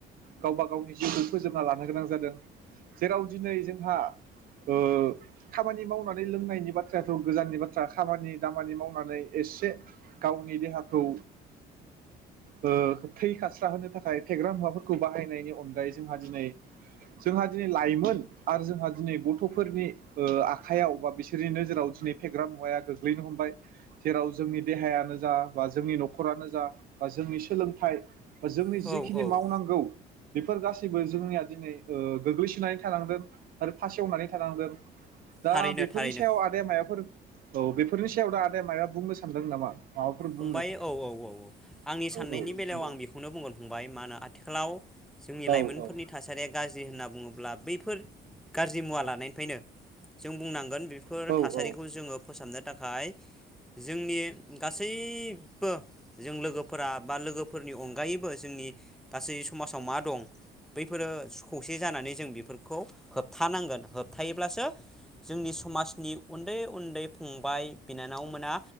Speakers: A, on the right; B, in the centre.
A: गावबा गावनि जिउखौ फोजोबना लानो गोनां जादों जेराव दिनै जोंहा ओ खामानि मावनानै लोंनायनि बाथ्रायाथ' गोजाननि बाथ्रा खामानि दामानि मावनानै एसे गावनि देहाखौ ओ थै खास्रा होनोनो थाखाय फेग्रा मुवाफोरखौ बाहायनायनि अनगायै जोंहा दिनै जोंहा दिनै लाइमोन आरो जोंहा दिनै गथ'फोरनि ओ आखाइयाव बा बिसोरनि नोजोराव दिनै फेग्रा मुवाया गोग्लैनो हमबाय जेराव जोंनि देहायानो जा बा जोंनि न'खरानो जा बा जोंनि सोलोंथाइ बा जोंनि
B: औ
A: जिखिनि
B: औ
A: मावनांगौ बेफोर गासैबो जोंनिया दिनै ओ गोग्लैसोनानै थानांदों आरो फासेवनानै थानांदों दा
B: थारैनो
A: बेफोरनि
B: थारैनो
A: सायाव आदाया मायबाफोर औ बेफोरनि सायाव दा आदाया मायाबा बुंनो सानदों नामा? माबाफोर
B: फंबाय
A: बुंनो
B: औ औ औ आंनि साननायनि
A: औ औ
B: बेलायाव आं बेखौनो बुंगोन फंबाय मा होनो आथिखालाव जोंनि
A: औ
B: लाइमोनफोरनि
A: औ
B: थासारिया गाज्रि होनना बुङोब्ला बैफोर गाज्रि मुवा लानायनिफ्रायनो जों बुंनांगोन। बेफोर
A: औ
B: थासारिखौ
A: औ
B: जोङो फोसाबनो थाखाय जोंनि गासैनि गासैबो जों लोगोफोरा बा लोगोफोरनि अनगायैबो जोंनि गासै समाजाव मा दं बैफोरो खौसे जानानै जों बेफोरखौ होबथानांगोन। थायोब्लासो जोंनि समाजनि उन्दै उन्दै फंबाय-बिनानाव मोना